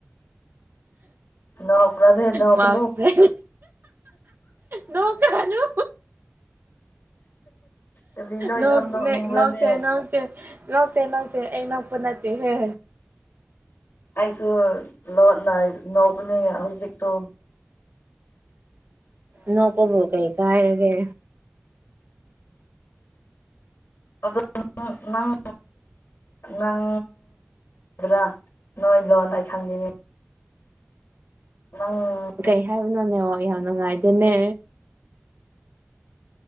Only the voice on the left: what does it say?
ꯅꯣꯛꯄ꯭ꯔꯅꯦ ꯅꯣꯛꯀꯅꯨ
ꯀꯔꯤꯅꯣ
ꯌꯥꯝ ꯅꯣꯛꯅꯤꯡꯕ꯭ꯔꯅꯦ
ꯑꯩꯁꯨ ꯂꯣꯟꯅ ꯅꯣꯛꯄꯅꯦ ꯍꯧꯖꯤꯛꯛꯇꯣ
ꯑꯗꯣ ꯅꯪ ꯅꯪ ꯕ꯭ꯔꯥ ꯅꯣꯏ ꯂꯣꯟꯗ ꯑꯩ ꯈꯪꯉꯤꯅꯦ ꯅꯪ